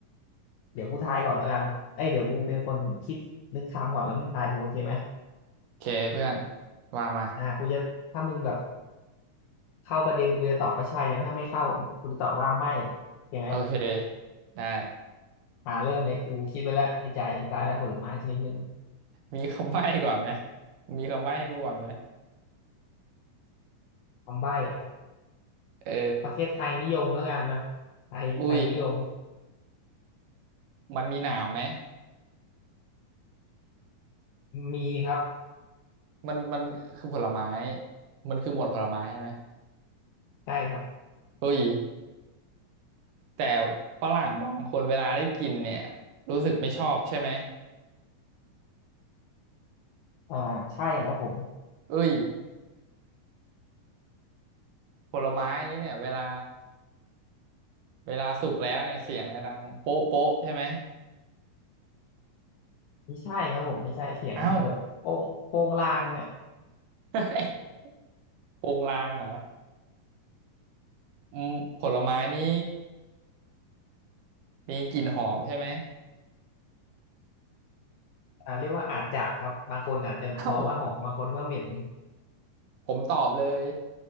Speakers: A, on the left; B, on the right.
A: เดี๋ยวกูทายก่อนแล้วกันเอ้ยเดี๋ยวกูเป็นคนคิดนึกคำก่อนแล้วมึงทายกูโอเคไหม
B: โอเคเพื่อนว่ามา
A: อ่ะกูจะถ้ามึงแบบ เข้าประเด็นกูจะตอบว่าใช่นะถ้าไม่เข้ากูจะตอบว่าไม่เห็นไหม
B: โอเคได้
A: อ่าเริ่มเลยกูคิดไปแล้วในใจตายแล้วผลไม้ชนิดหนึ่ง
B: มีคำใบ้ก่อนไหมมีคำใบ้ให้กูก่อนไหม
A: คำใบ้อะ
B: เออ
A: ประเทศไทยนิยมแล้วกันนะไทยไทยนิยม
B: อุ้ยมันมีหนามไหม
A: มีครับ
B: มันมันคือผลไม้มันคือหมวดผลไม้ใช่ไหม
A: ใช่ครับ
B: เฮ้ย แต่ฝรั่งบางคนเวลาได้กินเนี่ยรู้สึกไม่ชอบใช่ไหม
A: อ่าใช่ครับผม
B: เอ้ยผลไม้นี้เนี่ยเวลาเวลาสุกแล้วเนี่ยเสียงมันจะดังโป๊ะโป๊ะใช่ไหม
A: ไม่ใช่ครับผมไม่ใช่เสียงมันแบบโป้งโป้งลางเนี่ย
B: เอ้า <laughs> โปงลางเหรออืมผลไม้นี้มีกลิ่นหอมใช่ไหม
A: อ่าเรียกว่าอาจจะครับบางคนอาจจะมองว่าหอมบางคนว่าเหม็น
B: เอ้าผมตอบเลย